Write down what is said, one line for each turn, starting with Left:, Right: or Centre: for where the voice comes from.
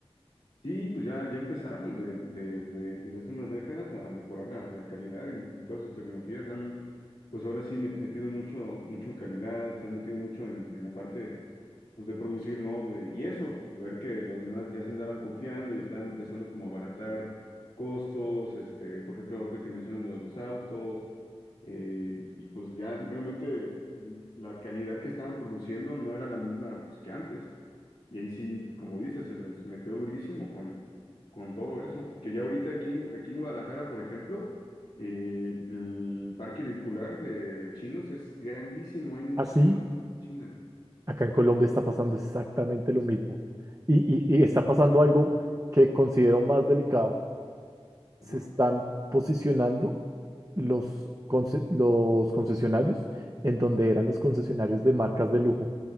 Left: Sí, pues ya, ya empezaron de, de- de- desde hace unas décadas a mejorar la, la calidad en, en todas sus tecnologías. Han, pues ahora sí, met- metido mucho, mucho en calidad, se han metido mucho en, en la parte pues, de producir, ¿no? De- y eso, pues, ver que los demás ya se andaban confiando y estaban empezando como a abaratar costos, este, por ejemplo, ahorita que mencionas lo de los autos, eh, y pues ya realmente la calidad que estaban produciendo no era la misma pues, que antes. Y ahí sí, como dices, se les metió durísimo con, con todo eso. Que ya ahorita aquí, en- aquí en Guadalajara, por ejemplo, eh, el parque vehicular de chinos es grandísimo, hay muchísimas
Right: Así
Left: chinas.
Right: Acá en Colombia está pasando exactamente lo mismo. Y, y- y está pasando algo que considero más delicado. Se
Left: Ajá.
Right: están posicionando los, conce- los concesionarios en donde eran los concesionarios de marcas de lujo.